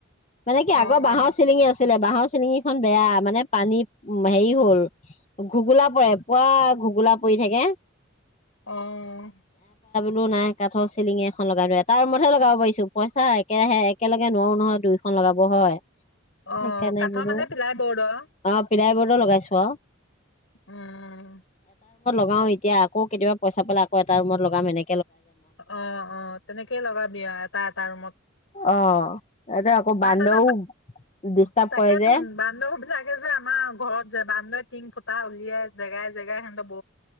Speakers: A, on the left; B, on the left.
A: মানে কি
B: অ
A: আগৰ
B: অ
A: বাঁহৰ চিলিঙ আছিলে বাঁহৰ চিলিঙকেইখন বেয়া, মানে পানী উম হেৰি হল। ঘুগোলা পৰে, পুৱা ঘুগোলা পৰি থাকে।
B: অহ
A: লো নাই কাঠৰ চিলিঙি এখন লগাই এটা ৰুমতহে লগাব পাৰিছো। পইচা একেৰাহে একেলগে নোৱাও নহয় দুইখন লগাব হয়।
B: অহ,
A: সেইকাৰণে
B: কাঠৰ
A: বোলো
B: মানে পিলাই বৰ্ডৰ?
A: অ পিলাই লগাইছো আও।
B: উম
A: অহ, সে এতিয়া আকৌ কেতিয়াবা পইচা পালে কৌ এটা ৰুমত লগাম এনে
B: অহ -অহ তেনেকেই লগাবি আৰু এটা -এটা ৰুমত।
A: অ এতিয়া আকৌ
B: তহঁতে
A: বান্দৰও
B: যে <inaudible>
A: ডিষ্টাৰ্ব
B: তাকেতো
A: কৰে যে
B: বান্দৰ বিলাকে যে আমাৰ ঘৰত যে বান্দই টিং ফুটা উলিয়াই জেগাই -জেগাই সিহঁত ব